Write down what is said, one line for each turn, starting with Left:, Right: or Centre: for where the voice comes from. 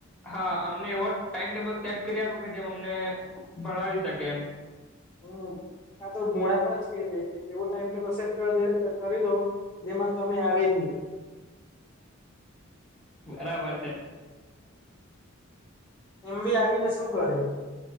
Centre: હા અમને એવો ટાઈમ ટેબલ સેટ કરી આપો કે જેમ અમને ભણાવી શકે એમ
Left: હમ ક તો મોડ પર જ કે જે એવું ટાઈમ ટેબલ સેટ કરી દો જેમાં તમે આવે જ નહી
Centre: બરાબર છે
Left: એમ બી આવીને શું કરે